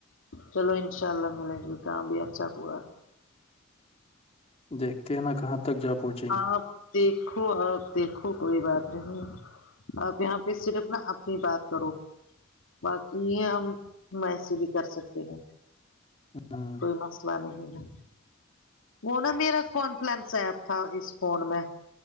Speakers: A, on the left; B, on the left.
A: چلو انشاء اللہ ملیں گے کام بھی اچھا پورا
B: دیکھتے ہیں نا کہاں تک جا پہچا
A: آپ دیکھو آپ دیکھو کوئی بات نہیں آپ یہاں پہ صرف نا اپنی بات کرو باقی یہ ہم ایسے بھی کر سکتے ہیں
B: ہاں
A: کوئی مسئلہ نہیں ہے وہ نا میرا کنفلنس ہےپ تھا اس فون میں